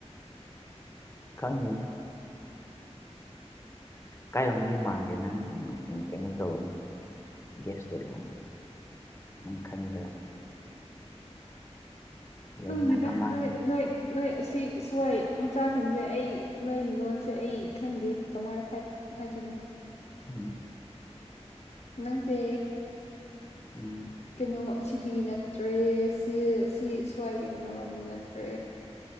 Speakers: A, on the left; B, on the left.
A: ꯈꯪꯉꯗ ꯀꯥꯏꯣꯝꯗꯒꯤ ꯃꯥꯡꯒꯦ ꯅꯪꯝ ꯀꯩꯅꯣ ꯇꯧꯔꯅꯤ ꯒ꯭ꯌꯥꯁ ꯇꯧꯔꯛꯑꯅꯤ ꯅꯝ ꯈꯟꯕꯗ ꯂꯩꯅ
B: ꯈꯪꯗꯦꯗ
A: ꯑꯃꯥꯟ
B: ꯅꯣꯏ ꯅꯣꯏ ꯅꯣꯏ ꯑꯁꯤ ꯁꯣꯏ ꯃꯆꯥꯁꯤꯡꯁꯦ ꯑꯩ ꯅꯣꯏꯒꯤ ꯂꯣꯟꯁꯦ ꯑꯩ ꯈꯪꯗꯦ ꯀꯃꯥꯏ ꯍꯥꯏ ꯍꯥꯏꯖ
A: ꯎꯝ
B: ꯅꯪꯁꯦ
A: ꯎꯝ
B: ꯀꯩꯅꯣ ꯁꯤ ꯅꯠꯇ꯭ꯔꯦ ꯁꯤ ꯁꯤ ꯁ꯭ꯋꯥꯏ ꯀꯩꯅꯔꯣꯝꯗꯤ ꯅꯠꯇ꯭ꯔꯦ